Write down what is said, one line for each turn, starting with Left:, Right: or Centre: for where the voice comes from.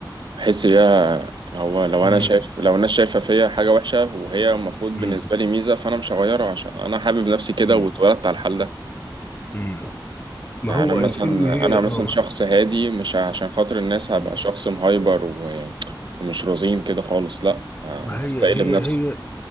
Right: بحس بيها إن هو لو
Left: امم
Right: انا شايف لو الناس شايفه فيا حاجه وحشه وهي المفروض بالنسبه
Left: امم
Right: لي ميزه فانا مش هغيرها عشان انا حابب نفسي كده
Left: امم
Right: واتولدت على الحال ده
Left: امم ما
Right: يعني
Left: هو
Right: انا مثلا
Left: الفيلم هي
Right: انا
Left: اه
Right: مثلا شخص هادي مش عشان خاطر الناس
Left: امم
Right: هبقى شخص مهايبر و- ومش رزين كده خالص لا هستقل
Left: ما هي هي
Right: بنفسي
Left: هي